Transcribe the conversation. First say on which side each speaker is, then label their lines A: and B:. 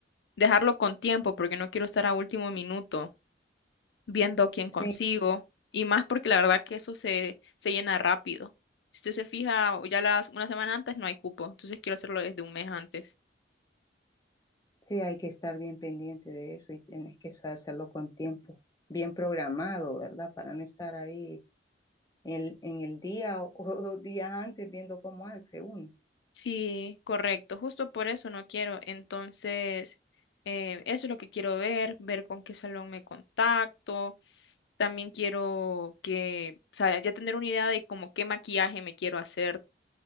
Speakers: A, on the left; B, on the left.
A: dejarlo con tiempo, porque no quiero estar a último minuto viendo quién
B: Sí,
A: consigo. Y más porque la verdad que eso se, se llena rápido. Si usted se fija, ya las una semana antes no hay cupo, entonces quiero hacerlo desde un mes antes.
B: sí, hay que estar bien pendiente de eso y tienes que sa- hacerlo con tiempo, bien programado, ¿verdad? Para no estar ahí en, en el día o, o dos días antes viendo cómo hace uno.
A: Sí, correcto, justo por eso no quiero. Entonces, eh, eso es lo que quiero ver, ver con qué salón me contacto. También quiero que, o sea, ya tener una idea de como qué maquillaje me quiero hacer.